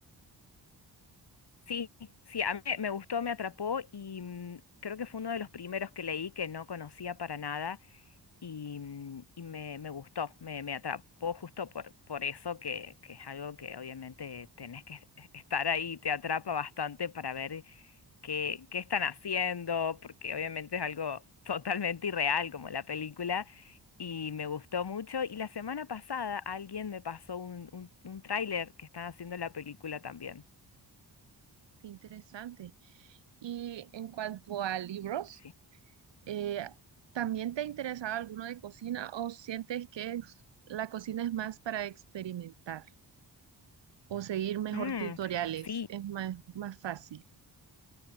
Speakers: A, on the left; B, on the right.
A: Sí, sí, a mí me gustó, me atrapó y mm, creo que fue uno de los primeros que leí que no conocía para nada y, mm, y me, me gustó, me, me atrapó justo por, por eso que, que es algo que obviamente tenés que es- estar ahí, te atrapa bastante para ver qué, qué están haciendo, porque obviamente es algo <laughs> totalmente irreal como la película y me gustó mucho. Y la semana pasada alguien me pasó un, un, un tráiler que están haciendo la película también.
B: Qué interesante. Y en cuanto a libros.
A: sí.
B: Eh, ¿también te ha interesado alguno de cocina o sientes que es- la cocina es más para experimentar o seguir mejor
A: Mm,
B: tutoriales?
A: sí,
B: Es más, más fácil.